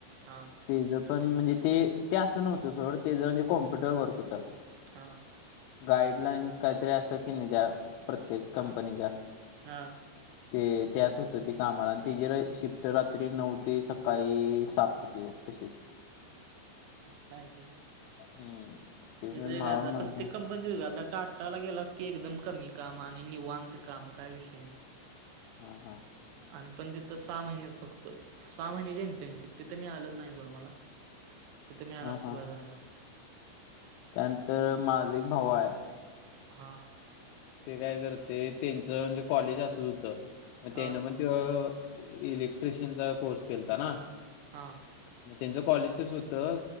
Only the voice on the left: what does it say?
तेचं पण म्हणजे ते ते असं नव्हतं सोड तेच जे कॉम्प्युटर वर्क होतं.
गाईडलाईन्स काहीतरी असत्यात की नाही त्या प्रत्येक कंपनीच्या?
ते त्यात होतं ते कामाला आणि त्या ज शिफ्ट रात्री नऊ ते सकाळी सात होती बग. तशीच.
हम्म ते
पण
<unintelligible>
हा हा.
हां,
हां.
त्यानंतर माझं एक भाऊ हाय.
ते काय करते त्यांचं म्हणजे कॉलेज असंच होतं मग
त्यांना पण त्यो इलेक्ट्रिशन चा कोर्स केलताना.
मग त्यांचं कॉलेज कसं होतं